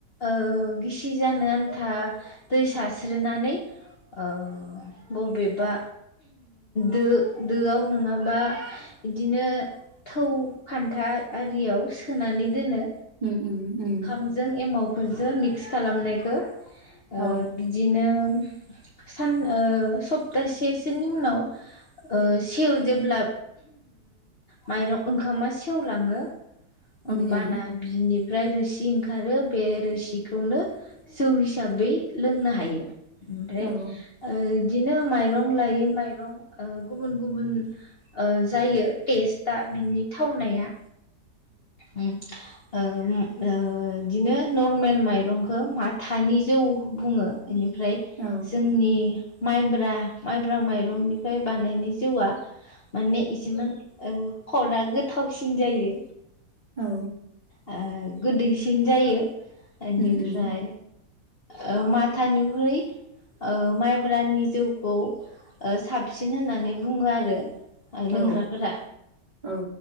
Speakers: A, on the left (about 40°); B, on the right (about 25°).
A: ओ गिसि जानो आन्था दै सारस्रिनानै ओ बबेबा दो-दोआव नङाबा इदिनो थौ खान्था आरियाव सोनानै दोनो।
B: उम उम उम।
A: जों एमावखौ जों मिक्स खालामनायखौ ओ
B: औ
A: बिदिनो सान ओ सप्तासेसोनि उनाव ओ सेव जेब्ला माइरं ओंखामा सेवलाङो
B: उम
A: ओमबाना
B: उम
A: बिनिब फ्राय रोसि इ ओंखारो बे रोसिखौनो जौ हिसाबै लोंनो हायो। ओमफ्राय
B: औ
A: ओ दिनो माइरं लायै माइरं ओ गुबुन गुबुन ओ जायो टेस्टा बिनि थावनाया उम। ओ ओ बिदिनो नरमेल मायरंखौ माथानि जौ बुंङो। इनिफ्राय
B: औ
A: जोंनि माइब्रा माइब्रा माइरंनिफ्राय बानायनाय जौआ माने इसेमान खदआ गोथावसिन जायो।
B: औ
A: ओ गोदैसिन जायो। इनिफ्राय
B: उम उम
A: ओ माथानिख्रुइ ओ माइब्रानि जौखौ साबसिन होननानै बुङो आरो। ओ
B: औ
A: लोंग्राफोरा
B: औ